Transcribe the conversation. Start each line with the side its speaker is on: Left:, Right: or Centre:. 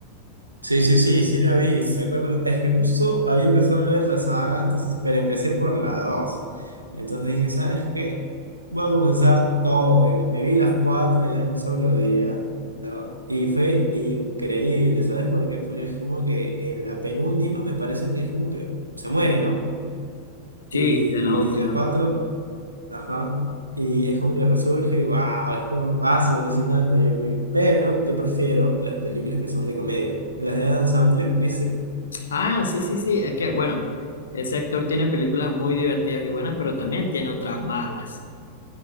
Right: Sí, sí, sí, sí la vi. Me acuerdo, es que justo había empezado a ver la saga, entonces, pero empecé por la dos Entonces dije, ¿sabes qué? Voy a comenzar todo. Y me vi las cuatro ya en un solo día, ¿no? Y fue increíble, ¿sabes por qué? Porque es como que en la penúltima me parece que es como que se muere, ¿no?
Left: sí,
Right: Y,
Left: en la última.
Right: y en la cuatro Ajá. Y es como que resurge y wow, es como paso alucinante, yo, güey. Pero yo prefiero las películas que son de comedia. Las de Adam Sandler, ¿viste?
Left: Ah, sí, sí, sí. Es que, bueno, ese actor tiene películas muy divertidas y buenas, pero también tiene otras malas.